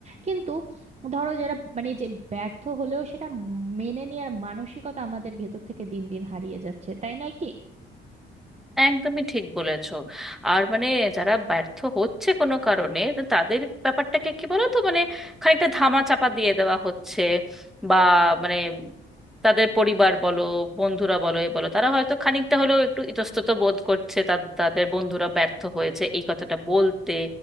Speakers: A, on the right; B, in the centre.
A: কিন্তু ধরো যারা মানে যে ব্যর্থ হলেও সেটা মেনে নেওয়ার মানসিকতা আমাদের ভেতর থেকে দিন দিন হারিয়ে যাচ্ছে তাই নয় কি
B: একদমই ঠিক বলেছো আর মানে যারা ব্যর্থ হচ্ছে কোনো কারণে তো তাদের ব্যাপারটাকে কি বলো তো মানে খানিকটা ধামা চাপা দিয়ে দেওয়া হচ্ছে বা মানে তাদের পরিবার বলো বন্ধুরা বলো এ বলো তারা হয়তো খানিকটা হলেও একটু ইতস্তত বোধ করছে তা- তাদের বন্ধুরা ব্যর্থ হয়েছে এই কথাটা বলতে